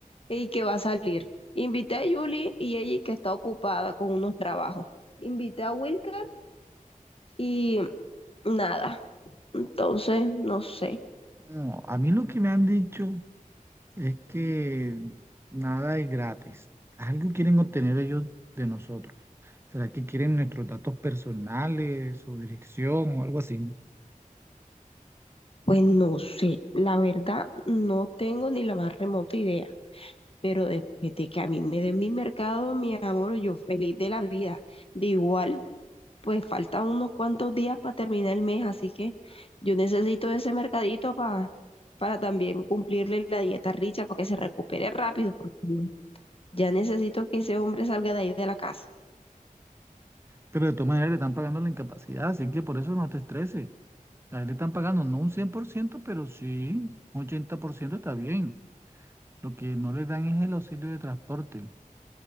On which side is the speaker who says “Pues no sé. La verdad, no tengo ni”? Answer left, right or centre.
Left